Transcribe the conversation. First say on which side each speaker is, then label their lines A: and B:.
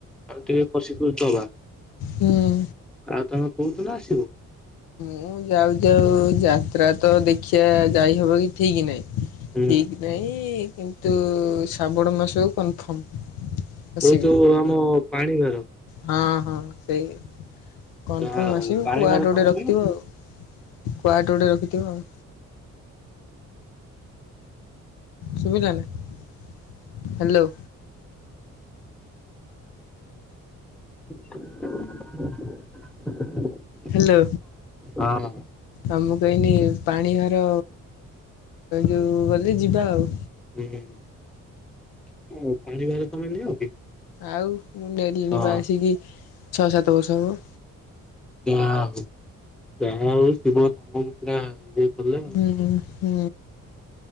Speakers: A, in the centre; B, on the left.
A: ଆଉ ଟିକେ କସି କୁସି ଦବା।
B: ହଁ।
A: ଆଉ ତମେ କଉ ଦିନ ଆସିବ?
B: ମୁଁ ଯାଉ ଯାଉ ଯାତ୍ରା ତ ଦେଖିବା ଯାଇହବ କି ଠିକ୍ ନାହିଁ
A: ହୁଁ
B: ଠିକ୍ ନାଇ କିନ୍ତୁ ଶ୍ରାବଣ ମାସକୁ କନଫର୍ମ। ଆସିବି
A: ଏ ଯୋଉ ଆମ ପାଣିଭାର।
B: ହଁ ହଁ ସେଇ କନଫର୍ମ
A: ଯାହା
B: ଆସିବୁ
A: ପାଣିଭାର
B: କୁଆଟ୍ ଗୋଟେ
A: ତମେ
B: ରଖିଥିବ
A: ନିଅ?
B: ଆଉ। କୁଆଟ ଗୋଟେ ରଖିଥିବ ଆଉ। ସୁବିଲା ନା ହ୍ୟାଲୋ।
A: <unintelligible>
B: ହ୍ୟାଲୋ।
A: ହଁ।
B: ଆଉ ମୁଁ କହନି ପାଣି ଭାର ଯୋଉ ଗଲେ ଯିବା ଆଉ।
A: ହୁଁ ଉ ପାଣିିଭାର ତମେ ନିଅ କି?
B: ଆଉ ମୁଁ ନେଲିଣି
A: ହଁ
B: ବା ଆସିକି ଛଅ ସାତ ବର୍ଷ ହବ।
A: ଯା ହଉ, ଯା ହଉ ଶିବ ତମକୁ ପୁରା କଲେ ଆଉ।
B: ହଁ ହଁ।